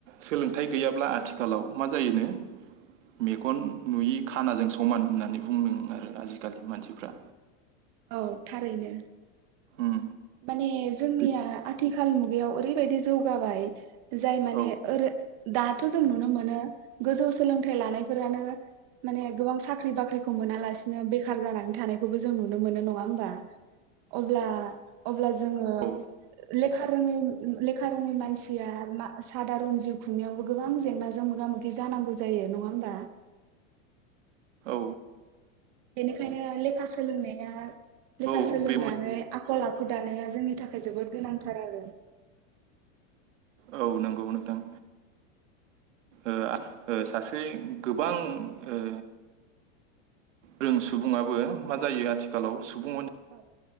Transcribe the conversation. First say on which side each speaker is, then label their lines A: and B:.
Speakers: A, on the right; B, on the right.
A: सोलोंथाइ गैयाब्ला आथिखालाव मा जायोनो? मेगन नुयि खानाजों समान होननानै बुंदों आरो आजिखालि मानसिफ्रा।
B: औ थारैनो।
A: उम
B: माने जोंनिया
A: बे-
B: आथिखाल मुगायाव ओरैबायदि जौगाबाय। जाय माने
A: औ
B: ओरो दाथ जों नुनो मोनो गोजौ सोलों थाइ लानायफोरानो माने गोबां साख्रि बाख्रिखौ मोनालासिनो नो बेखार जानानै थानायखौबो जों नु नुनो मोनो नङा होमबा? अब्ला अब्ला जोङो
A: औ
B: लेखा रोङै लेखा रोङै मानसिया मा सादारन जिउ खुंनायावबो गोबां जेंनाजों मोगा मोगि जानांगौ जायो नङा होमबा?
A: औ।
B: बेनिखायनो लेखा सोलोंनाया लेखा
A: औ
B: सोलोंनानै
A: बे
B: आखल आखु दानाया जोंनि थाखा जोबोद गोनांथार आरो।
A: औ नोंगौ नोंथां ओ ओ सासे गोबां ओ रों सुबुङाबो मा जायो आथिखालाव सुबुं
B: औ।